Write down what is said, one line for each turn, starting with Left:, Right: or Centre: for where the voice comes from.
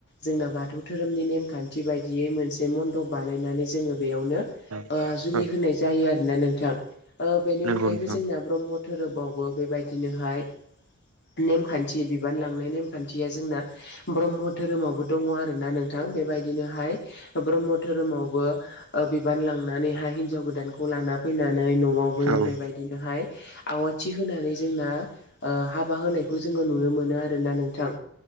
Left: जोंना बाथौ धोरोमनि नेमखान्थि बायदियै मोनसे मन्दब बानायनानै जोङो बेयावनो
Right: औ
Left: ओ जुलि
Right: औ
Left: होनाय जायो आरोना नोंथां ओ बेनि
Right: नंगौ
Left: अनगायैबो
Right: नोंथां
Left: जोंना ब्रह्म धोरोमावबो बेबायदिनोहाय नेमखान्थि बिबान लांनाय नेमखान्थिया जोंना ब्रह्म धोरोमावबो दङ आरोना नों नोंथां बेबायदिनोहाय ब्रह्म धोरोमावबो ओ बिबान लांनानैहाय हिनजाव गोदानखौ लाना फैनानै न'आवबो
Right: औ
Left: बेबायदिनोहाय आवथि होनानै जोंना ओ हाब हाबा होनायखौ जोङो नुनो मोनो आरोना नोंथां